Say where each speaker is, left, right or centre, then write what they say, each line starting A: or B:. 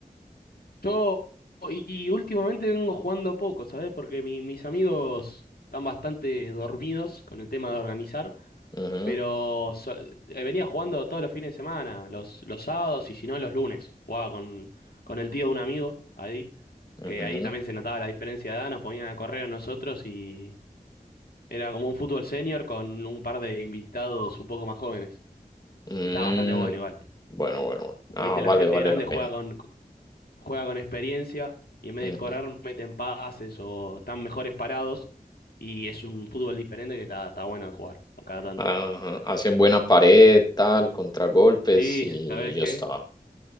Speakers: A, on the left; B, on the left.
A: Yo, y últimamente vengo jugando poco, ¿sabes? Porque mi- mis amigos están bastante dormidos con el tema de organizar,
B: Ujú,
A: pero so- eh, venía jugando todos los fines de semana, los, los sábados y si no los lunes. Jugaba con, con el tío de un amigo ahí,
B: ujú.
A: que ahí también se notaba la diferencia de edad, nos ponían a correr a nosotros y era como un fútbol senior con un par de invitados un poco más jóvenes.
B: Mm,
A: Y está bastante bueno igual.
B: Bueno, bueno, bueno. Ah,
A: Oíste, la
B: vale,
A: gente
B: vale
A: grande
B: la pena.
A: juega con, juega con experiencia y en vez
B: Ujú.
A: de correr meten pases o están mejores parados. Y es un fútbol diferente que está, está bueno de jugar a cada tanto.
B: Ajá, Hacen buena pared, tal, contragolpes
A: Sí,
B: y
A: ¿sabes
B: ya
A: qué?
B: está.